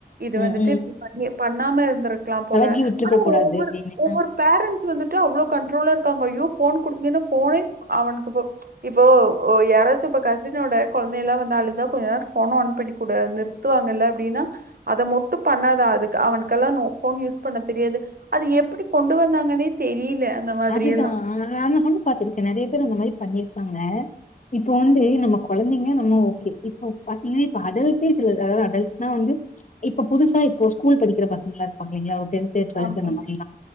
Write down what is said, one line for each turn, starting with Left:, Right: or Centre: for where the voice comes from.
Right: இது
Left: ம்.
Right: வந்துட்டு இப்படி பண்ணி பண்ணாம இருந்து இருக்கலாம்போல
Left: பழகி விட்டுருக்க
Right: ஆனா
Left: கூடாது
Right: ஒவ்வொரு
Left: அப்டின்னு.
Right: ஒவ்வொரு
Left: அ
Right: பேரண்ட்ஸ்ம் வந்துட்டு இட்ரோ அவ்ளோ கண்ட்ரோல இருக்காங்க அய்யோ போன் குடுத்தீங்கன்னா போனயே அவனுக்குபோ இப்போ ஓ யாராச்சும்போ கசினோட குளந்தைல்லா வந்து அழுதா கொஞ்சநேர போன் ஆன் பன்னிக்கொடு சுத்துவாங்கல்ல அப்டின்னா அத மட்டும் பண்ணாதா அதுக்கு அவனுக்கெல்லா போன் யூஸ் பண்ண தெரியாது அது எப்படி கொண்டு வந்தாங்கன்னே தெரியல அந்த மாதிரி
Left: அதுதா
Right: எல்லா
Left: நானு பாத்திருக்கே நெறைய பேர் அந்த மாரி பண்ணிரு க்காங்க இப்ப வந்து நம்ம கொளந்தைங்க நம்ம ஓகே இப்ப பாத்தீங்கன்னா இப்ப அடல்டே சில அதாது அடல்ட்டுனா வந்து இப்ப புதுசா இப்போ ஸ்கூல் படிக்கிற பசங்களா இருப்பாங்க இல்லங்களா டென்து டுவெல்த்
Right: ஆமா
Left: அந்த மாரி